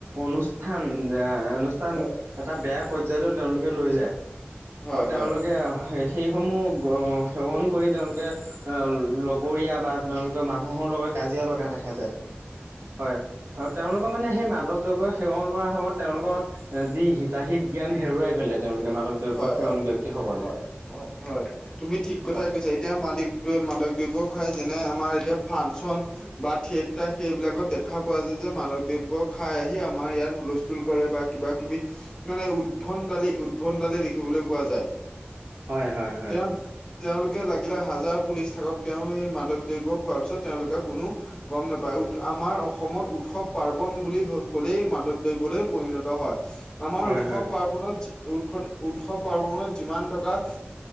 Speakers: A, on the right; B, on the left.
A: অনুষ্ঠান এহ অনুষ্ঠান
B: হয়
A: এটা বেয়া পৰ্যায়লৈও তেওঁলোকে লৈ যায়,
B: হয়
A: আৰু তেওঁলোকে
B: হয়
A: সেইসমূহ সেৱন কৰি তেওঁলোকে এ লগৰীয়া বা তেওঁলোকে মানুহৰ লগত কাজিয়া লগা দেখা যায় হয়। আৰু তেওঁলোকৰ মানে সেই মাদকদ্ৰব্যৰ সেৱন কৰাৰ সময়ত তেওঁলোকৰ যি হিতাহিত জ্ঞান হেৰুৱাই পেলাই তেওঁলোকে মাদক দ্ৰব্য
B: হয়
A: সেৱন
B: হয়
A: ব্যক্তিসকলে
B: হয় হয় হয় তুমি ঠিক কথাই
A: হয়।
B: কৈছা এতিয়া ম মাদক দ্ৰব্য খাই যেনে আমাৰ এতিয়া ফাংচন বা থিয়েটাৰ সেইবিলাকত দেখা পোৱা যায় যে মাদক দ্ৰব্য খাই আহি আমাৰ ইয়াত হুলস্থ কৰে বা কিবা কিবি, মানে উদভণ্ডালী উদভণ্ড দালি দেখিবলৈ পোৱা যায়।
A: হয় হয় হয়
B: তে তেওঁলোকে লাগিলে হাজাৰ পুলিচ থাকক তেওঁ সেই মাদক দ্ৰব্য খোৱাৰ পিছত তেওঁলোকে কোনো গম নাপায়। উ আমাৰ অসমত উৎসৱ পাৰ্বন বুলি কলেই মাদক দ্ৰব্যলৈ পৰিণত হয়। আমাৰ
A: হয়
B: উৎসৱ
A: হয়।
B: পাৰ্বনত, উৎস উৎসৱ পাৰ্বনত যিমান টকা